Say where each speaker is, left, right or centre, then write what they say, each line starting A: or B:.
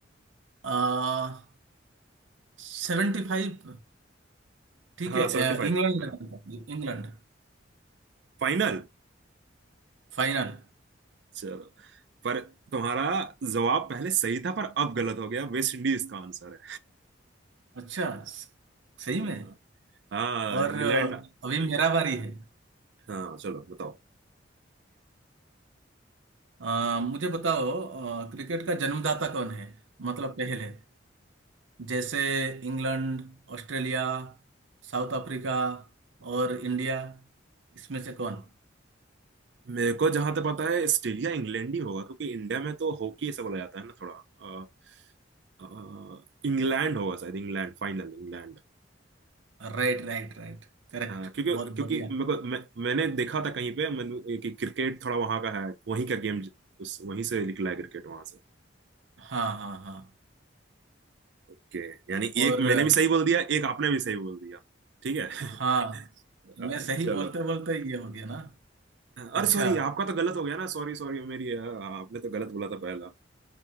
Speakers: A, on the right; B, on the right.
A: आ, 75 ठीक
B: हाँ
A: है
B: सेवेंटी
A: अ,
B: फाइव
A: इंग्लैंड
B: हाँ
A: ने हारा था, इंग्लैंड
B: फाइनल
A: फाइनल
B: चलो पर तुम्हारा जवाब पहले सही था पर अब गलत हो गया वेस्ट इंडीज का आंसर
A: अच्छा स- सही
B: है
A: में
B: हाँ
A: और
B: इंग्लैंड
A: अ, अभी मेरा बारी है
B: हाँ चलो बताओ
A: अ, मुझे बताओ अ, क्रिकेट का जन्मदाता कौन है मतलब पहले जैसे इंग्लैंड ऑस्ट्रेलिया साउथ अफ्रीका और इंडिया इसमें से कौन
B: मेरे को जहां तक पता है ऑस्ट्रेलिया इंग्लैंड ही होगा क्योंकि इंडिया में तो हॉकी ऐसा बोला जाता है ना थोड़ा अ, अ, इंग्लैंड होगा शायद इंग्लैंड फाइनल इंग्लैंड
A: राइट राइट राइट करेक्ट
B: हाँ क्योंकि
A: बहुत
B: क्योंकि
A: बढ़िया
B: मेरे को मैं, मैंने देखा था कहीं पे मैंने कि क्रिकेट थोड़ा वहां का है वहीं का गेम उस वहीं से निकला है क्रिकेट वहां से
A: हाँ हाँ हाँ
B: ओके यानी
A: और
B: एक
A: अ,
B: मैंने भी सही बोल दिया एक आपने भी सही बोल दिया ठीक है <laughs>
A: हाँ
B: अ,
A: मैं सही
B: चलो
A: बोलते बोलते ये हो गया ना
B: अरे
A: अच्छा
B: सॉरी आपका तो गलत हो गया ना सॉरी सॉरी मेरी अ, आपने तो गलत बोला था पहला